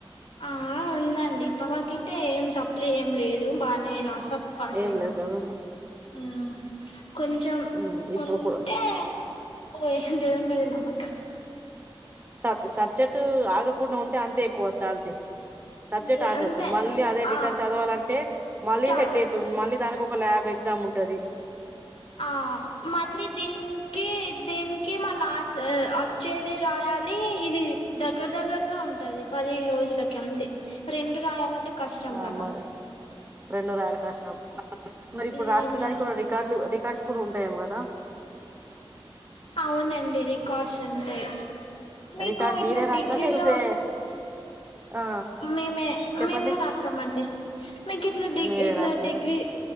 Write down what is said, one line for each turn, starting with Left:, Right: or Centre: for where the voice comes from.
Left: ఆ ఉందండి ఇప్ప మాకైతే ఏం సప్లే ఏం లేదు బాగానే రాస పాసైనా
Right: ఏం లేదు కదా
Left: హ్మ్ కొంచెం
Right: ఉమ్ ఇప్పుడు
Left: ఉంటే
Right: కూడా
Left: పో దేవుని మీద నమ్మక
Right: సబ్ సబ్జెక్ట్ ఆగకుండా ఉంటే అంతే ఎక్కువ చాలతి సబ్జెక్ట్
Left: అంతే
Right: ఆకద్దు
Left: అంతే
Right: మళ్ళీ అదే
Left: ఆ
Right: రిటర్న్ చదవాలంటే మళ్ళీ
Left: చాలా
Right: హెడ్డేక్ మళ్ళీ దానికి ఒక ల్యాబ్ ఎగ్జామ్ ఉంటది
Left: ఆ మళ్ళీ దీనికి దీనికి మళ్ళ ఆస్ వచ్చేది రాయ లి ఇది దగ్గర దగ్గరలో ఉంటది పది రోజులకి అంతే రెండు రాయాలంటే కష్టం
Right: సా
Left: కదా
Right: మారు రెండు రయాలి కష్టం మరి ఇప్పుడు
Left: మ్మ్
Right: రాసే దానికి కూడా రికార్డులు రికార్డ్స్ కూడా ఉంటాయేమో కదా
Left: అవునండి రికార్డ్స్ ఉంటాయి మీకు
Right: రికార్డు
Left: ఇట్లా
Right: మీరే రాస్తారా
Left: డిగ్రీలో
Right: లేకపోతే ఆ
Left: మేమే
Right: చెప్పండి
Left: మేమే రాసామండి మీకు ఇట్లా డిగీ
Right: మీరే
Left: ఇట్లా
Right: రాస్తారా
Left: డిగ్రీ